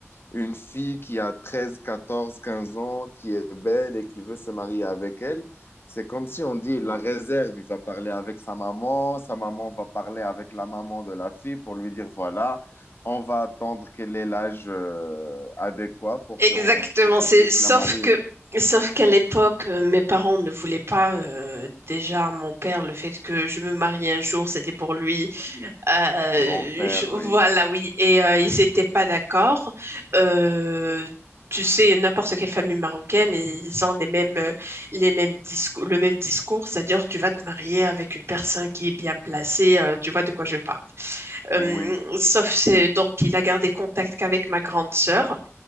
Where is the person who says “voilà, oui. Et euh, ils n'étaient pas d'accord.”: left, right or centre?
Right